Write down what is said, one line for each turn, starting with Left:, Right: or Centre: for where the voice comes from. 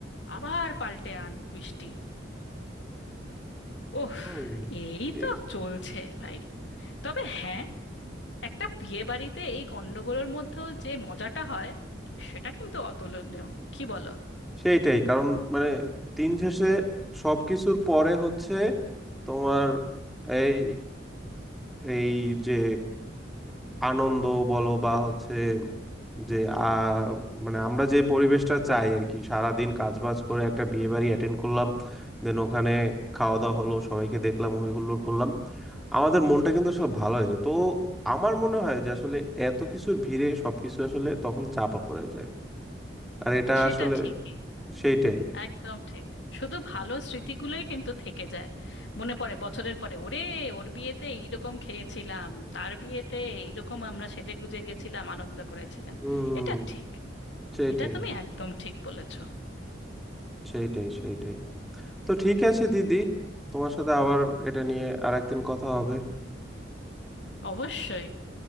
Left: আবার পাল্টে আন মিষ্টি ওহ
Centre: হুম
Left: এই তো
Centre: এ-
Left: চলছে ভাই তবে হ্যাঁ একটা বিয়ে বাড়িতে এই গন্ডগোলের মধ্যেও যে মজাটা হয় সেটা কিন্তু অতুলনীয় কি বলো
Centre: সেইটাই কারণ মানে দিন শেষে সবকিছুর পরে হচ্ছে তোমার এই এই যে আনন্দ বলো বা হচ্ছে যে আ, মানে আমরা যে পরিবেশটা চাই আর কি সারাদিন কাজ বাজ করে একটা বিয়ে বাড়ি অ্যাটেন্ড করলাম দেন ওখানে খাওয়া দাওয়া হলো সবাইকে দেখলাম হই হুল্লোড় করলাম আমাদের মনটা কিন্তু আসলে ভালো হয়ে যায় তো আমার মনে হয় যে আসলে এত কিছুর ভিড়ে সবকিছু আসলে তখন চাপা পড়ে যায় আর এটা
Left: সেটা
Centre: আসলে
Left: ঠিকই
Centre: সেইটাই
Left: একদম ঠিক শুধু ভালো স্মৃতিগুলোই কিন্তু থেকে যায় মনে পড়ে বছরের পরে ওরে ওর বিয়েতে এইরকম খেয়েছিলাম তার বিয়েতে এইরকম আমরা সেজে গুজে গেছিলাম আনন্দ করেছিলাম
Centre: হুম
Left: এটা ঠিক
Centre: সেইটাই
Left: এটা তুমি একদম ঠিক বলেছো
Centre: সেইটাই সেইটাই তো ঠিক আছে দিদি তোমার সাথে আবার এটা নিয়ে আরেকদিন কথা হবে
Left: অবশ্যই